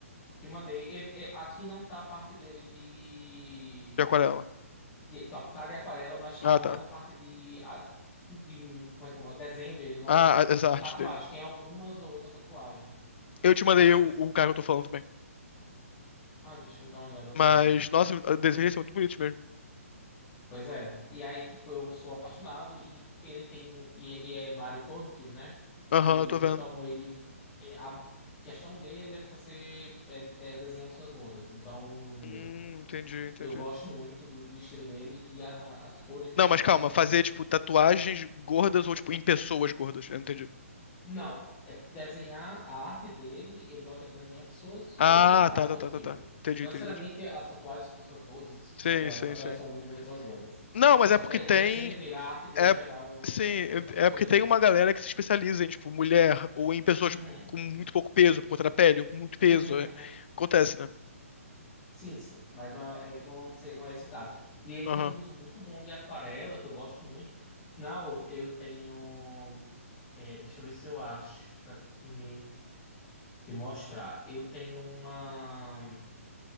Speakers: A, on the left; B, on the left.
A: Te mandei. Ele, é, aqui não tá a parte dele de,
B: de aquarela.
A: de. Não, tá de aquarela, mas tá
B: Ah,
A: mais
B: tá.
A: a parte de. a- de como é que é? Desenho dele, não.
B: Ah, a- essa arte
A: Tatuagem.
B: dele.
A: Tem algumas ou outra tatuagem.
B: Eu te mandei
A: Mas.
B: o, o cara que eu tô falando também.
A: Ah, deixa eu dar uma olhada também.
B: Mas, nossa, os desenhos são muito bonitos mesmo.
A: Pois é. E aí, tipo, eu sou apaixonado e ele tem um, e ele é body positive, né?
B: Aham,
A: E,
B: eu tô vendo.
A: então ele é, a questão dele é fazer é, é desenhar pessoas gordas. Então
B: Hum, entendi, entendi.
A: eu gosto muito do, do estilo dele e a- as cores de tatuagem
B: Não, mas calma,
A: dele são
B: fazer, tipo, tatuagens gordas ou, tipo, em pessoas gordas. Eu não entendi.
A: Não, é desenhar a arte dele, ele gosta de desenhar pessoas
B: Ah,
A: gordas, body
B: tá, tá,
A: positive.
B: tá, tá, tá. Entendi,
A: Não
B: entendi,
A: necessariamente
B: entendi.
A: as tatuagens são pessoas gordas, as, pessoas,
B: Sim,
A: ou as
B: sim,
A: tatuagens
B: sim.
A: são de pessoas gordas.
B: Não, mas
A: É só
B: é porque
A: o, de,
B: tem.
A: o desenho dele, a arte dele
B: É,
A: em geral, ele
B: sim,
A: gosta de representar pessoas
B: é porque
A: gordas.
B: tem uma galera que se especializa em, tipo, mulher ou em pessoas
A: Uhum,
B: com muito pouco peso por conta da pele, ou com muito peso.
A: uhum,
B: É,
A: uhum.
B: acontece, né?
A: Sim, sim, mas não é, é- não, sei- não é esse o caso. E ele
B: Aham.
A: tem um uso muito bom de aquarela, que eu gosto muito. Afinal, eu tenho. é, deixa eu ver se eu acho, pra te, te mostrar. Eu tenho uma.